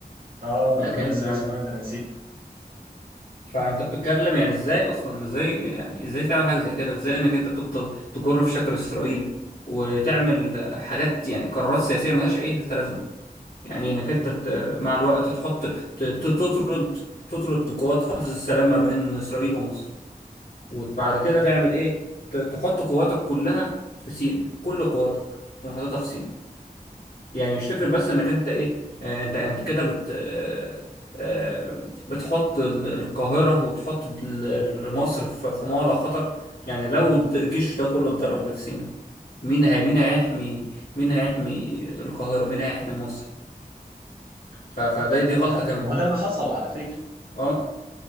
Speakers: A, on the right; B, on the left.
A: اه في
B: لكن
A: الاذون الثلاثي كمان ده أنا نسيته
B: فانت بتتكلم يعني ازاي اصلا ازاي يعني ازاي تعمل حاجه زي كده ازاي انك انت تفضل تجر في شكر اسرائيل وتعمل حاجات يعني قرارات سياسيه ملهاش اي لازمه يعني انك انت ت- مع الوقت تحط ت- ت- تطرد تطرد قوات حفظ السلام ما بين اسرائيل ومصر وبعد كده تعمل ايه ت- تحط قواتك كلها في سيناء كل قواتك تقوم حاططها في سيناء يعني مش فكرة بس انك انت ايه آه، انت انت كده بت آه، آه، بتحط ال- القاهرة وتحط ال- ال- مصر في في موضع خطر يعني لو الد- الجيش ده كله اتدرب اللي في سينا مين هي مين هيحمي مين هيحمي القاهرة مين هيحمي مصر ف- فده
A: ما هو لا
B: دي غلطة
A: اي حد
B: كمان
A: ما هو ده اللي حصل على فكره
B: اه